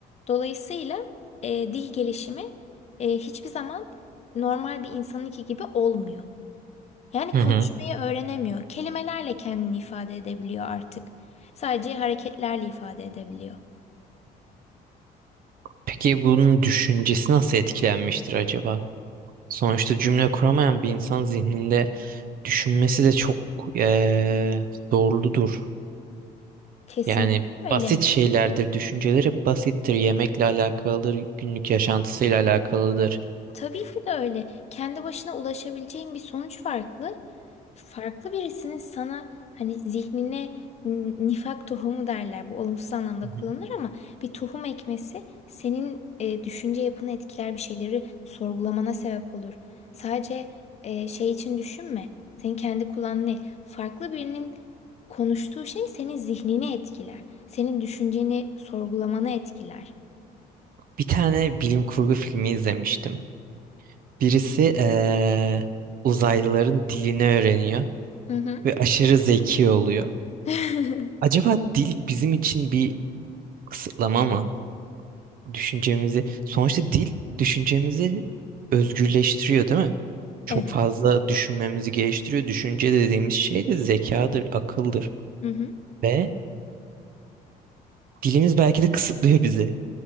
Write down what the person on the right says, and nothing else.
Hı
hı.
Peki bunun düşüncesi nasıl etkilenmiştir acaba? Sonuçta cümle kuramayan bir insan zihninde düşünmesi de çok eee zorludur.
Yani basit
şeylerdir. Düşünceler hep basittir. Yemekle alakalıdır, günlük yaşantısıyla alakalıdır.
Hı
hı.
Bir tane bilim kurgu filmi izlemiştim. Birisi eee, uzaylıların dilini öğreniyor
ve aşırı zeki oluyor.
Acaba dil bizim için bir kısıtlama mı? Düşüncemizi, sonuçta dil düşüncemizi özgürleştiriyor, değil mi? Çok
fazla düşünmemizi geliştiriyor. Düşünce dediğimiz şey de zekadır, akıldır
ve dilimiz belki de kısıtlıyor bizi.